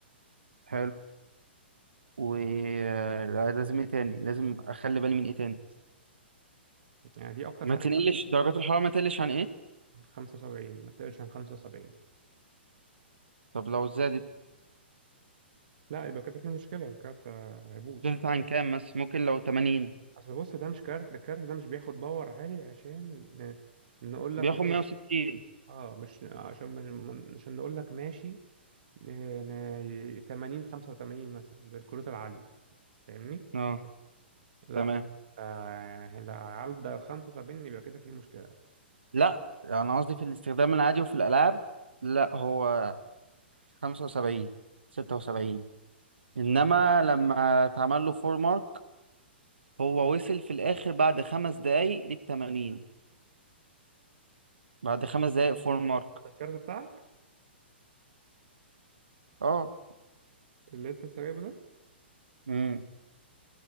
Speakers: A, on the right; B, on the right.
A: حلو ولازم ايه تاني لازم اخلي بالي من ايه تاني
B: يعني دي اكتر
A: ما
B: حاجه
A: تقلش
B: بقى
A: درجات الحرارة ما تقلش عن ايه
B: 75 ما تقلش عن 75
A: طب لو زادت
B: لا يبقى كده في مشكله الكارت هيبوظ
A: زادت عن كام بس ممكن لو 80
B: اصل بص ده مش كارت الكارت ده مش بياخد باور عالي عشان ن- نقول لك
A: بياخد 160
B: ماشي اه مش عشان مش- عشان نقول لك ماشي ن- ن- 80 85 مثلا زي الكروت العاليه فاهمني
A: اه
B: لا
A: تمام
B: آه، يعني لو عدى 75 يبقى كده في مشكله
A: لا انا قصدي في الاستخدام العادي وفي الالعاب لا هو 75 76 انما لما اتعمل له فور مارك هو وصل في الاخر بعد خمس دقايق للتمانين بعد خمس دقايق فور مارك
B: ده الكارت بتاعك
A: اه
B: اللي انت لسه جايبه ده
A: امم